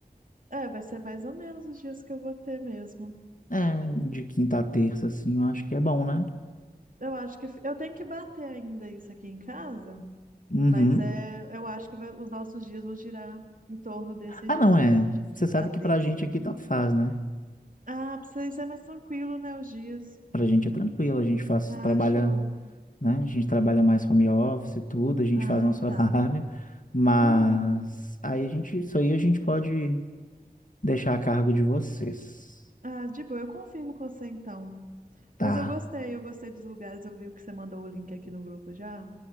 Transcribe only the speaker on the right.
É, vai ser mais ou menos os dias que eu vou ter mesmo.
Eu acho que f- eu tenho que bater ainda isso aqui em casa,
mas é, eu acho que vai- os nossos dias vão girar em torno desses
dias
mesmo,
de quinta
a terça.
Ah, pra vocês é mais tranquilo, né, os dias.
Ah,
show.
Ah,
tá.
Uhum.
Ah, de boa, eu confirmo com você então.
Mas eu gostei, eu gostei dos lugares. Eu vi o que você mandou o link aqui no grupo já.